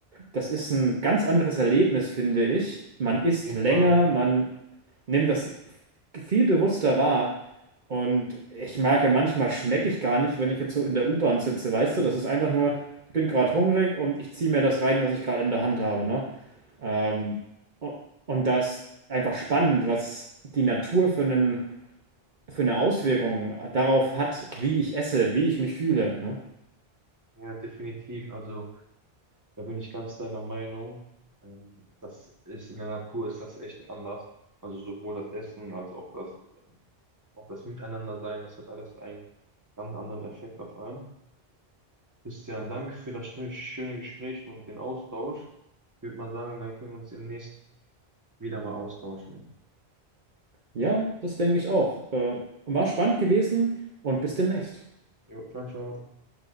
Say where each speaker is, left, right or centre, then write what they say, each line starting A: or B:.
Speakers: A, on the right; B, on the right.
A: Das ist ein ganz anderes Erlebnis, finde ich. Man isst
B: jeden
A: länger,
B: Fall.
A: man nimmt das viel bewusster wahr. Und ich merke, manchmal schmecke ich gar nicht, wenn ich jetzt so in der U-Bahn sitze, weißt du? Das ist einfach nur, ich bin gerade hungrig und ich ziehe mir das rein, was ich gerade in der Hand habe, ne? Ähm,
B: Ja,
A: u- und da ist einfach spannend, was die Natur für einen, für eine Auswirkung darauf hat, wie ich esse, wie ich mich fühle, ne?
B: ja, definitiv. Also da bin ich ganz deiner Meinung. Ähm, Das ist in der Natur ist das echt anders. Also sowohl das Essen als auch das, auch das Miteinandersein, das hat alles einen ganz anderen Effekt auf einen. Christian, danke für das schöne schöne Gespräch und den Austausch. Ich würde mal sagen, dann können wir uns demnächst wieder mal austauschen.
A: Ja, das denke ich auch. Äh, war spannend gewesen und bis demnächst.
B: Jo, ciao, ciao.